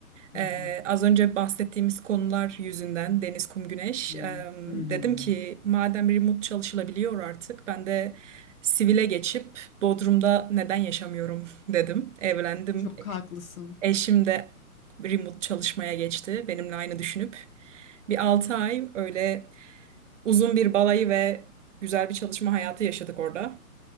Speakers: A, on the left; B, on the right.
A: hı
B: Ee,
A: hı,
B: az önce bahsettiğimiz konular yüzünden deniz, kum, güneş.
A: hı hı.
B: Ee,
A: hı
B: dedim
A: hı.
B: ki madem remote çalışılabiliyor artık ben de sivile geçip Bodrum'da neden yaşamıyorum <laughs> dedim. Evlendim.
A: Çok haklısın.
B: Eşim de remote çalışmaya geçti benimle aynı düşünüp. Bir 6 ay öyle uzun bir balayı ve güzel bir çalışma hayatı yaşadık orada.